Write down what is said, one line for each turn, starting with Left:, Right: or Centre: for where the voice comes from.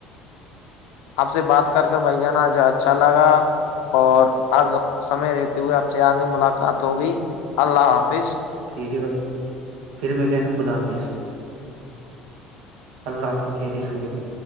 Left: آپ سے بات کر کر بھائی جاناج اچھا لگا اور اب سمے لیتے ہوئے آپ سے آئیں گے ملاقات ہوگئی اللہ حافظ
Right: ٹھیک ہے بھائی پھر ملیں گا خدا حافظ اللہ آپ کو گھیریت میں رکھے